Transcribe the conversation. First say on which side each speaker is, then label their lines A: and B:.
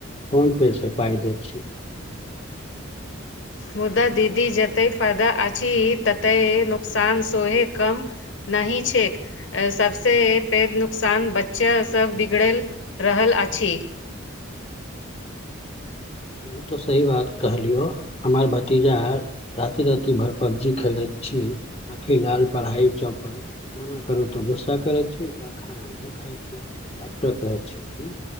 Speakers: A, on the left; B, on the left.
A: फोन पे सँ पाइ दैत छी
B: मुदा दीदी जते फायदा अछि तते नुकसान सोहे कम नहि छैक सबसे पैघ नुकसान बच्चा सब बिगैड़ल रहल अछि <inaudible>
A: उ तो सही बात कहलियो हमार भतीजा आर राति रति भर पबजी खेले छी आखि लाल पढ़ाई चौप मना करु तो गुस्सा करे छी और खाना नहि खाई छी डॉक्टर कहैत छथिन